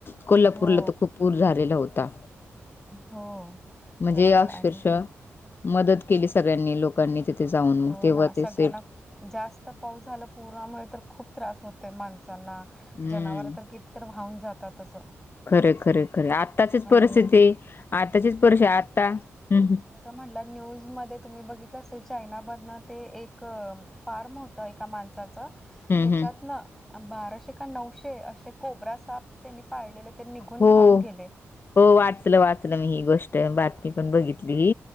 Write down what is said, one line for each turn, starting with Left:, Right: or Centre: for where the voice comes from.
Left: कोल्हापूरला
Centre: हो
Left: तर खूप पूर झालेला होता.
Centre: हो,
Left: म्हणजे
Centre: तर
Left: अक्षरशः
Centre: आणि
Left: मदत केली सगळ्यांनी लोकांनी तिथे जाऊन, मग
Centre: हो
Left: तेव्हा
Centre: ना सगळ्यांना
Left: ते सेफ
Centre: जास्त पाऊस झाला पुरामुळे तर खूप त्रास होत माणसांना.
Left: हम्म.
Centre: जनावर तर किती तर वाहून जातात असं.
Left: खरे खरे खरे आत्ताचीच
Centre: आणि
Left: परिस्थिती आताचीच परिस्थिती आता ह्.
Centre: म्हण न्यूज मध्ये तुम्ही बघितलं असेल चायना मधन ते एक फारम एका माणसाचं
Left: हम्म
Centre: त्याच्यातन
Left: हम्म
Centre: बाराशे का नऊशे असे कोबरा साप त्यांनी पाळलेले ते निघून
Left: हो.
Centre: वा्हाहून गेले.
Left: हो वाचलं वाचलं मी ही गोष्ट बातमी पण बघितली.